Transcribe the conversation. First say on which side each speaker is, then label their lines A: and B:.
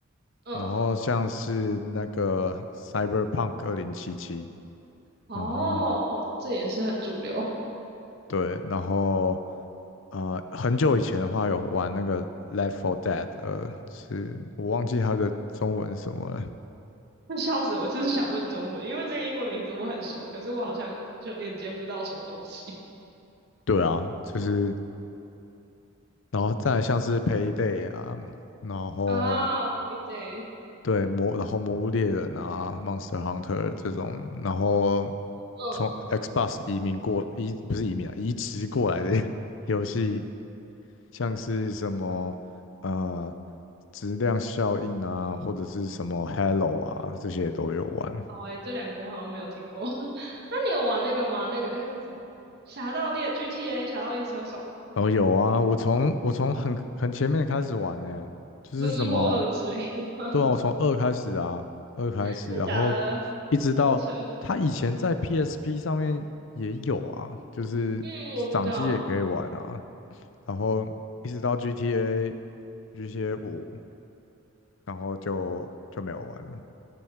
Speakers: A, on the right; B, on the left.
A: 嗯。
B: 然后像是那个 Cyberpunk 二零七七，
A: 哦
B: 然后
A: 哦，这也是很主流，
B: 对，然后呃很久以前的话有玩那个 Left 4 Dead，呃是我忘记它的中文是什么了。
A: <laughs> 笑死我！就是想问中文，因为这个英文名字我很熟，可是我好像就连接不到什么东西
B: 对啊，就是然后再来像是 Payday 啊，然后
A: <laughs> 啊。PJ，嗯，
B: 对魔，然后魔物猎人啊，Monster Hunter 这种，然后
A: 哦
B: 从 Xbox 移民过移不是移民啊，移植过来的 <laughs> 游戏，像是什么呃质量效应啊，或者是什么 h e l l o 啊，这些都有玩。
A: 好诶、这两个我好像没有听过。<laughs> 那你有玩那个吗？那个那个叫什么《侠盗猎》GTA《侠盗猎车手》？
B: 哦，有啊，我从我从很很前面开始玩呢、就是什么
A: 你说一或二之类的吗？
B: 对啊，
A: <laughs>
B: 我从二开始啊，二开始，
A: 真的假的？
B: 然后一直到他以前在
A: 好扯。
B: PSP 上面也有啊，就是掌机也可以玩啊，
A: 嗯，我知道，
B: 然后一直到 GTA。GTA 五，然后就就没有玩了。